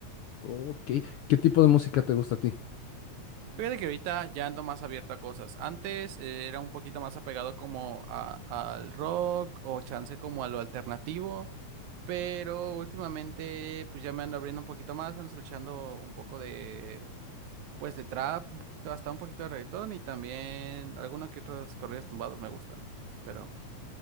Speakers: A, on the left (about 75°); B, on the right (about 80°).
A: Ok, ¿qué tipo de música te gusta a ti?
B: Fíjate que ahorita ya ando más abierto a cosas. Antes eh, era un poquito más apegado como a- al rock o chance como a lo alternativo, pero últimamente pues ya me ando abriendo un poquito más, ando escuchando un poco de pues de trap, un poquito hasta un poquito de reggaetón y también algunos que otros corridos tumbados me gustan, pero